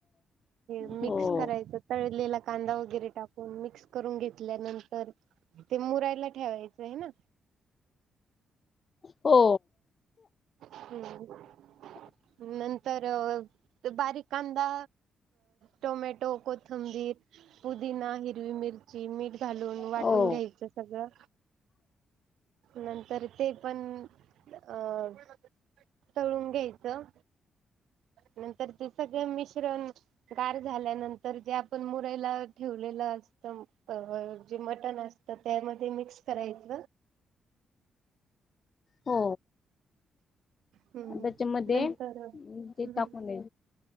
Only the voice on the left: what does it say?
हो
ओ
<inaudible>
हो
हो
त्याच्यामध्ये
ते टाकून